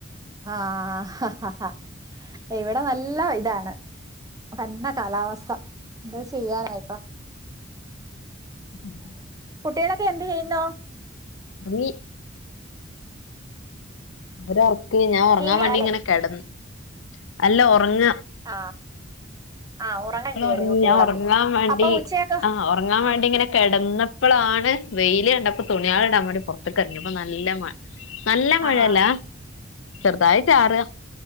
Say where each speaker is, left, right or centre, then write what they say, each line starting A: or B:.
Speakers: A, on the right; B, on the left.
A: ആഹ് ഇവിടെ നല്ല ഇതാണ്. പന്ന കാലാവസ്ഥ എന്താ ചെയ്യാനായിപ്പ.
B: ഉം
A: കുട്ട്യാളൊക്കെ എന്ത് ചെയ്യുന്നു?
B: ഒങ്ങി. ഓരെർക്ക് ഞാൻ ഒർങ്ങാൻ
A: ടി വി
B: വേണ്ടി
A: ആണല്ലേ
B: ഇങ്ങനെ കെടന്ന് അല്ല ഒർങ്ങ
A: ആഹ്. ആഹ് ഉറങ്ങാൻ
B: മക്കളൊറങ്ങി
A: കേറി കുട്ടികളൊക്കെ
B: ഞാൻ ഒറങ്ങാൻ വേണ്ടി
A: അപ്പൊ ഉച്ചയൊക്കെ
B: ആഹ് ഒറങ്ങാൻ വേണ്ടി ഇങ്ങനെ കെടന്നപ്പളാണ് വെയില് കണ്ടപ്പോ തുണിയാള് ഇടാൻ വാണ്ടി പൊറത്ത്ക്കറങ്ങി അപ്പ നല്ല മ നല്ല മഴല്ല
A: ആഹ്
B: ചെറ്തായി ചാറാ.